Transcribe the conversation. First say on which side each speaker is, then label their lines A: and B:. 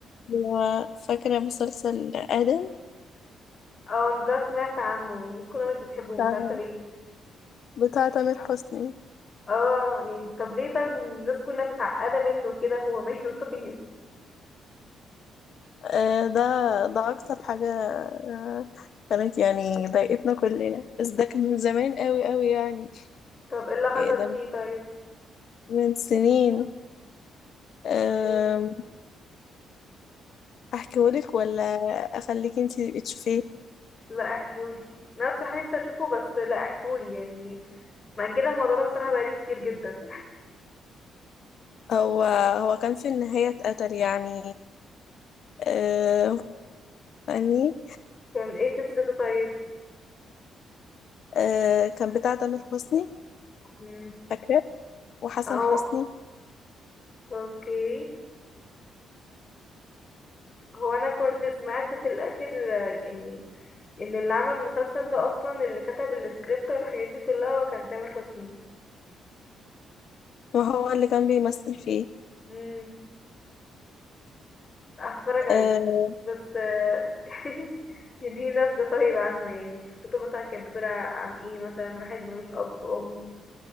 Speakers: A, on the left; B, on the left.
A: و- فاكرة مسلسل آدم
B: اه أنا ده سمعت عنه والناس كلها مش بتحبه
A: بتاع
B: مش عارفة ليه
A: بتاع تامر حسني
B: اه يعني طب ليه طب الناس كلها متعقدة منه كده هو ماله <laughs> طيب
A: آه، ده ده أكتر حاجة آه، كانت يعني ضايقتنا كلنا بس ده كان من زمان قوي قوي يعني
B: طب ايه اللي حصل
A: إيه ده
B: فيه طيب
A: من سنين
B: احكيولي
A: آم، أحكيهولك ولا أخليك انتي تشوفيه
B: لا احكيولي انا بصراحة نفسي اشوفه بس لا احكيولي يعني مأجلة الموضوع ده بصراحة بقالي كتير جدا
A: هو هو كان في النهاية اتقتل يعني آه يعني
B: كان ايه قصته طيب
A: آه كان بتاع تامر حسني
B: مم.
A: فاكرة وحسن
B: اهو
A: حسني
B: اوكي هو انا كنت سمعت في الاخر آه، يعني ان اللي عمل المسلسل ده اصلا اللي كتب السكريبت والحاجات دي كلها هو كان تامر حسني
A: ما هو اللي كان بيمثل فيه
B: مم. هتفرج عليه
A: آه
B: بس آه، <laughs> دي نبذة طيب عنه يعني قصته مثلا كانت بتدور عن ايه مثلا واحد ملوش أب أم